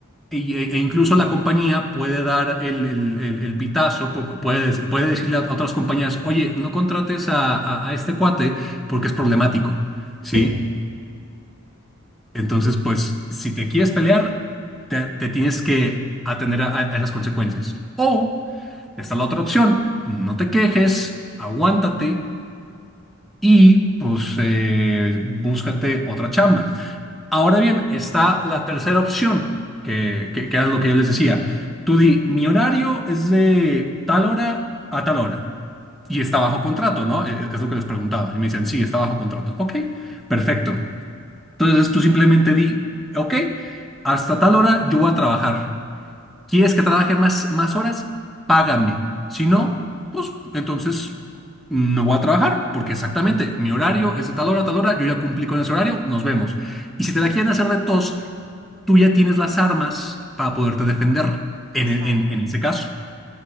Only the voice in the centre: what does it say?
y- e, e incluso la compañía puede dar el, el- el- el pitazo, pu- puede, dec- puede decirle a otras compañías, oye, no contrates a,
a- a este cuate porque es problemático, ¿sí?
Entonces,
pues, si te quieres pelear, te, te tienes que atender a, a esas consecuencias. O está la otra opción, no te quejes, aguántate y pues eh, búscate otra chamba. Ahora bien, está la tercera opción, que, que, que era lo que yo les decía. Tú di, mi horario es de tal hora a tal hora. Y está bajo contrato, ¿no? Eh, Es lo que les preguntaba.
Y me dicen, sí, está bajo contrato. Ok, perfecto. Entonces tú simplemente di, ok, hasta tal hora yo voy a trabajar. ¿Quieres que trabaje más, más horas? Págame. Si no, pues entonces no voy a trabajar, porque exactamente mi horario es de tal hora a tal hora, yo ya cumplí con ese horario, nos vemos. Y si te la quieren hacer de tos, tú ya tienes las armas para poderte defender en,
en en ese caso.